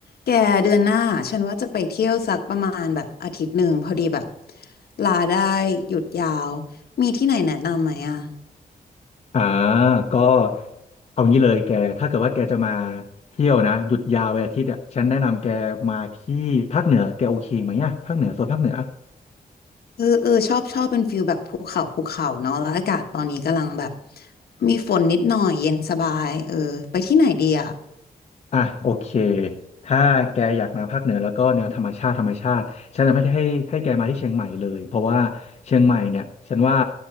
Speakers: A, on the left (about 80°); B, on the left (about 45°).
A: แกเดือนหน้าฉันว่าจะไปเที่ยวสักประมาณแบบอาทิตย์หนึ่งพอดีแบบลาได้หยุดยาวมีที่ไหนแนะนำไหมอ่ะ
B: อ่าก็เอางี้เลยแกถ้าเกิดว่าแกจะมาเที่ยวนะหยุดยาววันอาทิตย์เนี่ยฉันแนะนำแกมาที่ภาคเหนือแกโอเคไหมอ่ะภาคเหนือโซนภาคเหนือ
A: เออเออชอบชอบเป็นฟิลแบบภูเขาภูเขาเนาะแล้วอากาศตอนนี้กำลังแบบมีฝนนิดหน่อยเย็นสบายเออไปที่ไหนดีอ่ะ
B: อ่ะโอเคถ้าแกอยากมาภาคเหนือแล้วก็แนวธรรมชาติธรรมชาติฉันจะไม่ได้ให้ให้แกมาที่เชียงใหม่เลยเพราะว่าเชียงใหม่เนี่ยฉันว่า